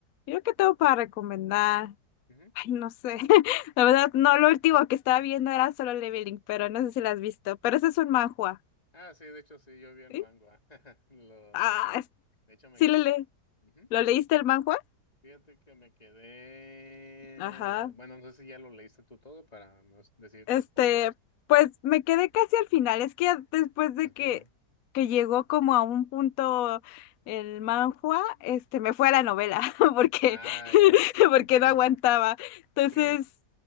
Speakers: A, on the left; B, on the left.
A: Yo que tengo para recomendar.
B: ujú.
A: Ay, no sé. <laughs> La verdad, no, lo último que estaba viendo era Solo Leveling, pero no sé si la has visto. Pero ese es un manhua.
B: Ah, sí, de hecho sí, yo vi el
A: ¿Sí?
B: manga. <laughs> Lo,
A: Ah,
B: me quedé.
A: es-
B: De hecho me
A: sí
B: quedé
A: le le.
B: con. ujú.
A: ¿Lo leíste el manhua?
B: Fíjate que me quedé.
A: Ajá.
B: Bueno, no sé si ya lo leíste tú todo para no decirte
A: Este,
B: spoilers
A: pues me quedé casi al final. Es que ya después de
B: al
A: que,
B: final.
A: que llegó como a un punto el manhua, este, me fue a la novela <laughs> porque,
B: Ah,
A: <laughs>
B: ya.
A: porque no
B: Sí,
A: aguantaba.
B: sí.
A: Entonces,